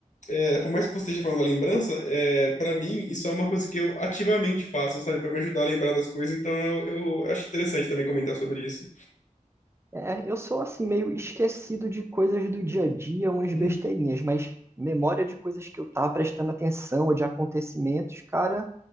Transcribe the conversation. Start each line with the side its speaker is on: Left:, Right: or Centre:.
Left: é, por mais que você esteja falando da lembrança, é, para mim isso é uma coisa que eu ativamente faço, sabe? Para me ajudar a lembrar das coisas, então eu, eu acho interessante também comentar sobre isso.
Right: É, eu sou assim meio esquecido de coisas do dia a dia, umas
Left: <laughs>
Right: besteirinhas, mas memória de coisas que eu tava prestando atenção ou de acontecimentos, cara,